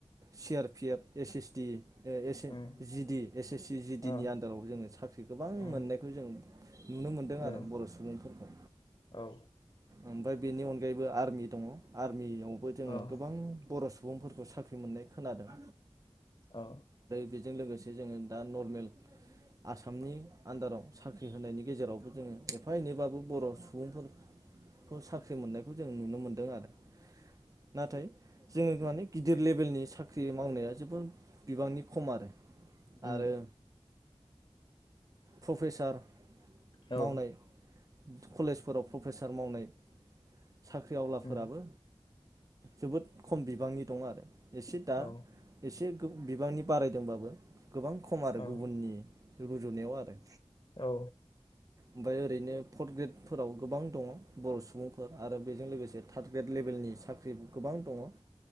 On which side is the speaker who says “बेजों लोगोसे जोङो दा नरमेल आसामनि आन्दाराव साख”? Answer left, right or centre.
Right